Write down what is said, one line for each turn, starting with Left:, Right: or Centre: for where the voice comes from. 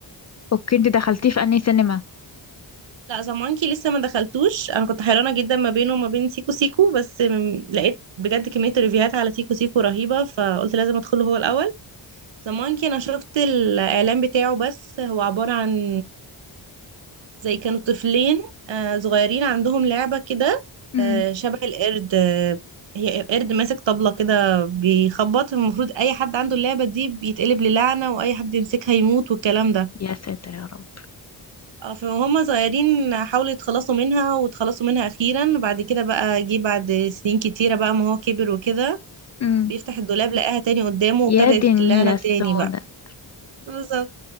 Left: اوكي انت دخلتيه في انهي سينما
Right: لا ذا مونكي لسه ما دخلتوش انا كنت حيرانة جدا ما بينه وما بين سيكو سيكو بس م- لقيت بجد كمية ريفيوهات على سيكو سيكو رهيبة فقلت لازم ادخله هو الأول ذا مونكي انا شفت الاعلان بتاعه بس هو عبارة عن زي كانوا طفلين آه، صغيرين عندهم لعبة كده
Left: مم.
Right: آه، شبه القرد آه، هي قرد ماسك طبلة كده بيخبط المفروض اي حد عنده اللعبة دي بيتقلب للعنة واي حد يمسكها يموت والكلام ده
Left: يا ساتر يا رب
Right: آه، فهم صغيرين حاولوا يتخلصوا منها واتخلصوا منها اخيرا بعد كده بقى جه بعد سنين كتيرة بقى ما هو كبر وكده
Left: مم.
Right: بيفتح الدولاب لقاها تاني قدامه وابتدت
Left: يا دي النيلة
Right: اللعنة
Left: السوداء
Right: تاني بقى بالظبط